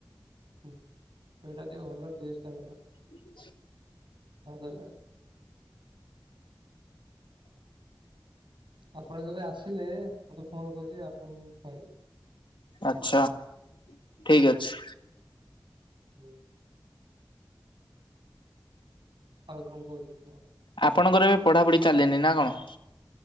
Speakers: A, on the right (about 80°); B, on the left (about 80°).
A: ହଁ ପେଡା ଟି ଭଲ ଟେଷ୍ଟ
B: କିଛି
A: ହଉ ତାହେଲେ ଆପଣ କେବେ ଆସିଲେ ମତେ ଫୋନ କରିବେ ଆପଣଙ୍କୁ କହିବି।
B: ଆଛା ଠିକ ଅଛି।
A: ହୁଁ। ଆଉ କଣ କହୁଛ କୁହ।
B: ଆପଣଙ୍କର ଏବେ ପଢାପଢି ଚାଲିନି ନା କଣ?